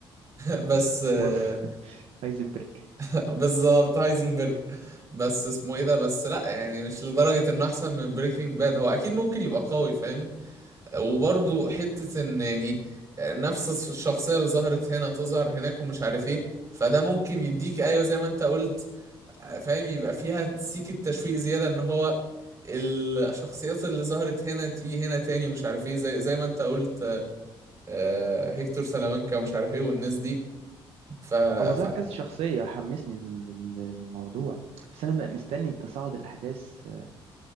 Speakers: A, on the right (about 35°); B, on the right (about 80°).
A: بس آه،
B: قلت هايزنبرج <laughs>
A: <laughs> بالظبط هايزنبرج بس اسمه ايه ده بس لا يعني مش لدرجة انه احسن من بريكنج باد هو اكيد ممكن يبقى قوي فاهم وبرضه حتة ان يعني آه، نفس الس- الشخصية اللي ظهرت هنا تظهر هناك ومش عارف ايه فده ممكن يديك ايوه زي ما انت قلت آه، فاهم يبقى فيها سيكة تشويق زيادة ان هو الشخصيات اللي ظهرت هنا تيجي هنا تاني ومش عارف ايه زي زي ما انت قلت آه، هيكتور سلامانكا ومش عارف ايه والناس دي ف
B: هو ظهر
A: ف
B: كذا شخصية حمسني لل- لل- للموضوع بس أنا بقى مستني تصاعد الأحداث آه،